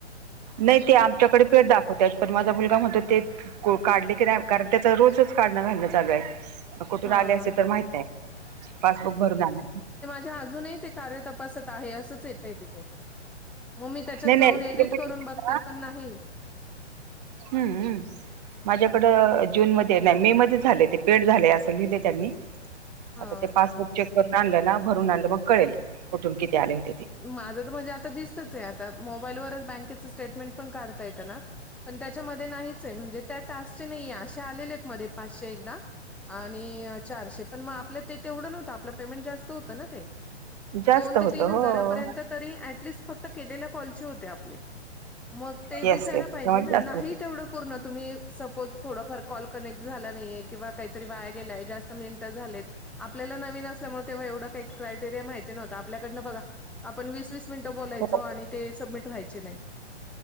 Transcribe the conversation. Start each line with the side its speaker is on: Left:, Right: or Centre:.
Right: नाय ते आमच्याकडे पेड दाखवत्यात पण माझा मुलगा म्हणतो तेच को काढले की नाही कारण त्याचा रोजच काढणं घालणं चालू आहे. कुठून
Centre: हा
Right: आले असेल तर माहित नाही पासबुक भरून आणा.
Centre: च्या अजूनही ते कार्य तपासत आहे असंच येत आहे तिथे. मग मी त्याच्यात
Right: नाही
Centre: जाऊन
Right: नाही
Centre: एडिट
Right: ते म्हटलं
Centre: करून बघते पण नाही
Right: हम्म हम्म. माझ्याकडं जूनमध्ये नाही मे मध्ये झाले ते पेड झाले असं लिहिलं त्यांनी
Centre: हा
Right: आता ते पासबुक चेक करून आणलं ना भरून आणलं मग कळेल कुठून किती आले होते ते.
Centre: माझं तर म्हणजे आता दिसतच आहे आता मोबाईलवर बँकेच स्टेटमेंट पण काढता येतं ना पण त्याच्यामध्ये नाहीच आहे म्हणजे त्या टास्कचे नाहीये असे आलेले आहेत मध्ये पाचशे एकदा आणि चारशे पण म आपलं ते तेवढं नव्हतं आपलं पेमेंट जास्त होतं ना ते
Right: जास्त
Centre: दोन ते
Right: होत
Centre: तीन
Right: हो
Centre: हजारापर्यंत तरी ऍटलिस्ट फक्त केलेल्या कॉलचे होते आपले. मग ते
Right: येस
Centre: दिसायला
Right: येस
Centre: पाहिजे ना
Right: जास्त
Centre: नाही
Right: होत
Centre: तेवढं पूर्ण तुम्ही सपोज थोडा फार कॉल कनेक्ट झाला नाहीये किंवा काहीतरी वाया गेल्या जास्त मिनटं झालेत आपल्याला नवीन असल्यामुळं तो एवढं काय क्राईट एरिया तरी माहीति नव्हतं आपल्याकडनं बघा आपण वीस-वीस मिनिटं बोलायचो
Right: हो
Centre: आणि ते सबमिट व्हायचे नाही.